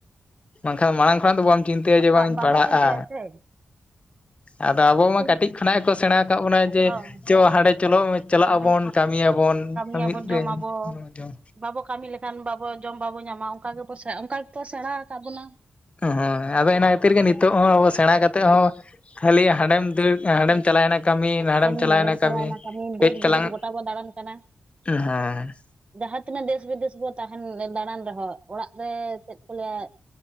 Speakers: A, on the left; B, on the right.
A: ᱵᱟᱝᱠᱷᱟᱱ ᱢᱟᱲᱟᱝ ᱠᱷᱚᱱᱟᱜ ᱫᱚ ᱵᱟᱢ ᱪᱤᱱᱛᱟᱹᱭᱟ ᱡᱮ ᱵᱟᱝ
B: ᱵᱟ
A: ᱤᱧ
B: ᱵᱟᱵᱚ
A: ᱯᱟᱲᱦᱟᱜᱼᱟ
B: ᱪᱤᱱᱛᱟᱹᱭᱟ ᱥᱮ
A: ᱟᱫᱚ ᱟᱵᱚ ᱢᱟ
B: ᱪᱤᱱ
A: ᱠᱟᱹᱴᱤᱡ ᱠᱷᱚᱱᱟᱜ ᱜᱮᱠᱚᱼᱼ ᱥᱮᱬᱟ ᱟᱠᱟᱫ ᱵᱚᱱᱟᱭ ᱡᱮ
B: ᱦᱚᱸ
A: ᱪᱚ ᱦᱟᱸᱰᱮ ᱪᱚᱞᱚ ᱪᱟᱞᱟᱜ
B: ᱦᱟᱸᱰᱮ
A: ᱟᱵᱚᱱ ᱠᱟᱹᱢᱤᱭᱟᱵᱚᱱ
B: ᱠᱟᱹᱢᱤᱭᱟᱵᱚ
A: ᱵᱟᱹᱧ ᱠᱟᱹᱢᱤ ᱛᱮ
B: ᱡᱚᱢᱟᱵᱚ
A: ᱟᱞᱚᱢᱟ ᱡᱚᱢ
B: ᱵᱟᱵᱚ ᱠᱟᱹᱢᱤ ᱞᱮᱠᱷᱟᱱ ᱵᱟᱵᱚ ᱡᱚᱢ ᱵᱟᱵᱚ ᱧᱟᱢᱟ ᱚᱱᱠᱟ ᱜᱮᱵᱚ ᱥᱮ ᱚᱱᱠᱟ ᱜᱮᱠᱚ ᱥᱮᱬᱟ ᱟᱠᱟᱫ ᱵᱚᱱᱟ᱾
A: ᱦᱮᱸ ᱟᱫᱚ ᱤᱱᱟ ᱠᱷᱟᱹᱛᱤᱨ ᱜᱮ ᱱᱤᱛᱚᱜ ᱦᱚᱸ ᱟᱵᱚ ᱥᱮᱬᱟ ᱠᱟᱛᱮᱜ ᱦᱚᱸᱼᱼ ᱠᱷᱟᱹᱞᱤ ᱦᱟᱸᱰᱮᱢ ᱫᱟᱹᱲ ᱦᱟᱸᱰᱮᱢ ᱪᱟᱞᱟᱣᱮᱱᱟ ᱠᱟᱹᱢᱤ ᱦᱰᱮᱢ
B: ᱠᱟᱹᱢᱤ
A: ᱪᱟᱞᱟᱣᱮᱱᱟ
B: ᱱᱚᱰᱮᱢ ᱪᱟᱞᱟᱣᱱᱟ
A: ᱠᱟᱹᱢᱤ ᱠᱟᱹᱡ
B: ᱫᱮᱥ
A: ᱪᱟᱞᱟᱝᱼᱼ
B: ᱵᱤᱫᱮᱥ ᱜᱚᱴᱟ ᱵᱚ ᱫᱟᱬᱟᱱ ᱠᱟᱱᱟ
A: ᱦᱩᱸ
B: ᱡᱟᱦᱟᱸ ᱛᱤᱱᱟᱹᱜ ᱫᱮᱥ ᱵᱤᱫᱮᱥ ᱵᱚ ᱛᱟᱦᱮᱱ, ᱫᱟᱬᱟᱱ ᱨᱮᱦᱚᱸ ᱚᱲᱟᱜ ᱨᱮ ᱪᱮᱫ ᱠᱚ ᱞᱟᱹᱭᱟᱼᱼ